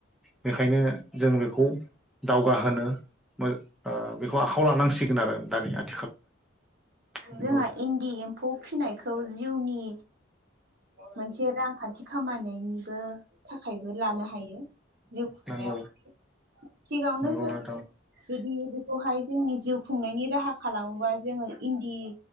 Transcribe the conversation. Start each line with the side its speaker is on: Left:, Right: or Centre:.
Centre: बेखायनो जों बेखौ दावगा होनो मो ओ बेखौ लानांसिगोन आरो <unintelligible> नंगौ
Right: जोंहा इन्दि एम्फौ फिनायखौ जिउनि मोनसे रांखान्थि खामायनायनि बो थाखायबो लानो हायो जिउ खुंनायाव
Centre: नंगौ
Right: <unintelligible> जों
Centre: नंगौ नोंथां
Right: जुदि बेखौहाय जोंनि जिउ खुंनायनि राहा खालामोबा जोङो इन्दि